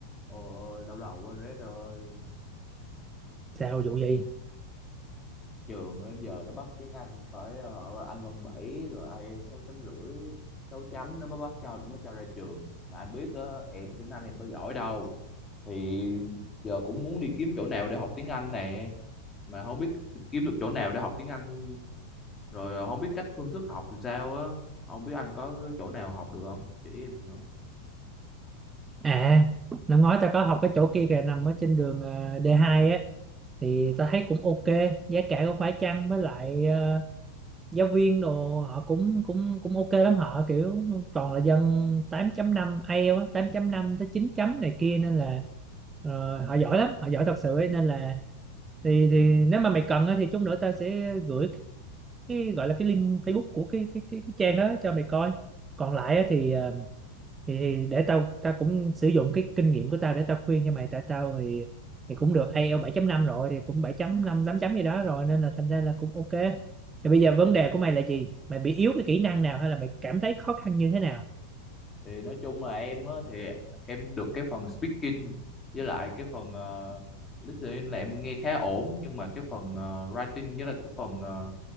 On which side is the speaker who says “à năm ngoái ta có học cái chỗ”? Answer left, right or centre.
Right